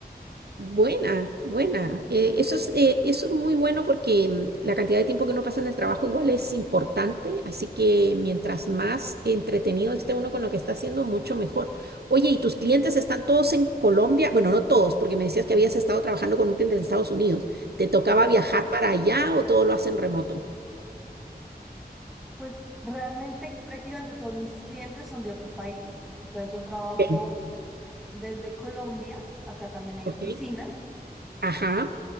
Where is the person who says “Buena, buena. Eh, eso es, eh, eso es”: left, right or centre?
Right